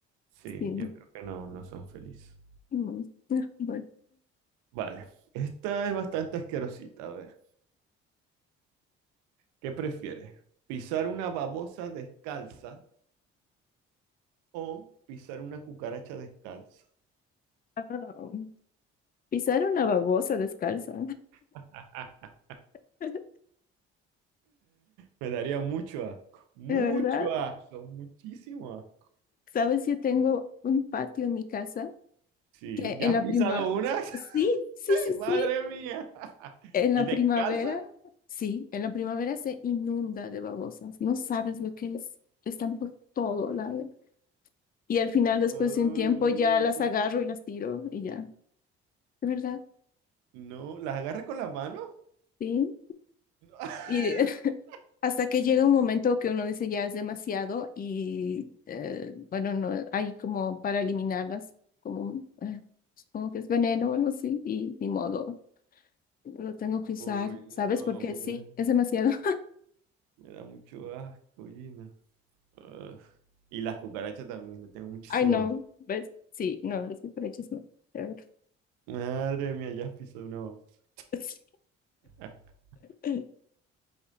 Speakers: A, on the right; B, on the left.
A: Sí,
B: Sí.
A: yo creo que no, no son felices.
B: Mm. <laughs> Bueno.
A: Vale, esta es bastante asquerosita. A ver, ¿qué prefieres? ¿Pisar una babosa descalza o pisar una cucaracha descalza?
B: Ah, pisar una babosa descalza.
A: <laughs>
B: <laughs>
A: Me daría mucho asco, mucho
B: De verdad,
A: asco, muchísimo asco.
B: sabes, yo tengo un patio en mi casa
A: Sí,
B: que
A: ¿ya
B: en
A: has
B: la
A: pisado
B: prima,
A: una?
B: sí,
A: <laughs>
B: sí, sí, sí,
A: Madre mía. <laughs>
B: en
A: ¿Y
B: la
A: descalza?
B: primavera, sí, en la primavera se inunda de babosas. No sabes lo que es. Están por todo lado. Y al final, después
A: Mm,
B: de un tiempo, ya las agarro y las tiro y ya. ¿De verdad?
A: no, ¿las agarras con las manos?
B: Sí.
A: <laughs>
B: Y <laughs> hasta que llega un momento que uno dice ya es demasiado y eh, bueno, no hay como para eliminarlas, como eh, supongo que es veneno o algo así y ni modo, lo tengo que usar,
A: Uy,
B: ¿sabes?
A: no,
B: Porque
A: hombre.
B: sí, es demasiado. <laughs>
A: Me da mucho asco, Gina. Ugh. Y las cucarachas también, le tengo muchísimo
B: Ay, no,
A: asco.
B: ¿ves? Sí, no, las cucarachas no. <laughs>
A: Madre mía, ya has pisado una babosa.
B: Eh, sí.
A: <laughs>
B: <laughs>